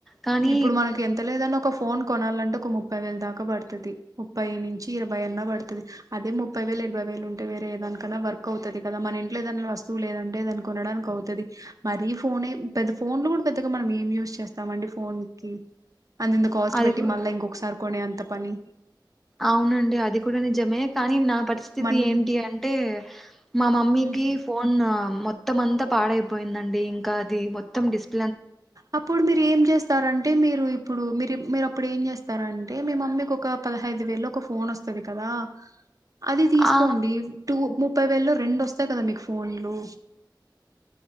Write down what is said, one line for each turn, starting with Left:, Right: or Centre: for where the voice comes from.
Centre: కానీ
Right: ఇప్పుడు మనకి ఎంత లేదన్న ఒక ఫోన్ కొనాలంటే ఒక ముప్పై వేలు దాకా పడతది. ముప్పై నుంచి ఇరవై అన్నా పడతది. అదే ముప్పై వేల ఇరవై వేలు ఉంటే వేరే ఏ దానికన్నా వర్క్ అవుతది కదా మన ఇంట్లో ఏదైనా వస్తువు లేదంటే దాన్ని కొనడానికి అవుతది. మరీ ఫోనే పెద్ద ఫోన్లు కూడా పెద్దగా మనం ఏం యూజ్ చేస్తామండి ఫోన్కి. అంఇంత కాస్ట్
Centre: అది
Right: పెట్టి
Centre: కూ-
Right: మళ్ళ ఇంకొకసారి కొనే అంత పని.
Centre: అవునండి అది కూడా నిజమే కానీ నా పరి స్థితి
Right: మన్
Centre: ఏంటి అంటే మా మమ్మీకి
Right: మ్
Centre: ఫోన్ మొత్తం అంతా పాడైపోయిందండి ఇంకా అది మొత్తం డిస్ప్
Right: అప్పుడు మీరు ఏం చేస్తారంటే మీరు ఇప్పుడు మీరు మీరు అప్పుడు ఏం చేస్తారంటే మీ మమ్మీకి ఒక పదహైదు వేలు ఒక ఫోన్ వస్తది కదా అది తీసుకోండి
Centre: ఆ
Right: టూ ము ముప్పై వేళు రెండు వస్తాయి కదా మీకు ఫోన్లు